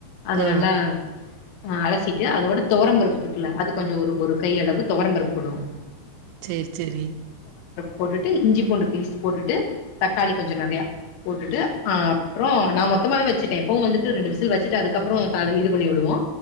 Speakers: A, on the left; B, on the right.
A: அது
B: ஆ
A: நல்லா ஆஹ் அலசிட்டு அதோட தோரம்பருப்பு இருக்குல்ல அது கொஞ் ஒரு ஒரு கை அளவு துவரம்பருப்பு படும்
B: செரி செரி
A: போட்டுட்டு இஞ்சி பூண்டு பேஸ்ட் போட்டுட்டு தக்காளி கொஞ்சோ நெறைய போட்டுட்டு அஹ் அப்புறோ நா மொத்தமாவே வெச்சுப்பே எப்பவு வந்துட்டு ரெண்டு விசில் வெச்சுட்டு அதுக்கப்புறோ தாளி இது பண்ணி விடுவோ